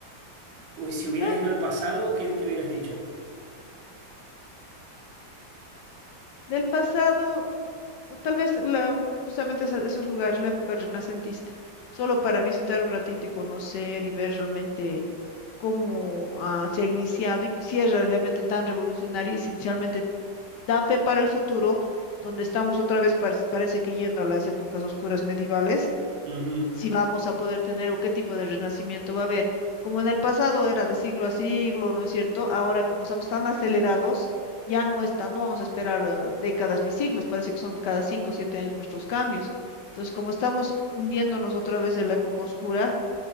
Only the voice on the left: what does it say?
bueno,
del pasado. o Tal vez la, justamente esa- esos lugares, la época renacentista, solo para visitar un ratito y conocer y ver realmente cómo ah, se ha iniciado y que si es realmente tan revolucionario y si realmente da fe para el futuro, donde estamos otra vez, par- parece que yendo a las épocas oscuras medievales
si vamos a poder tener o qué tipo de renacimiento va a haber. Como en el pasado era de siglo a siglo, ¿no es cierto? Ahora, como estamos tan acelerados, ya no está, no vamos a esperar eh, décadas ni siglos, parece que son cada cinco o siete años nuestros cambios. Entonces, como estamos hundiéndonos otra vez en la época oscura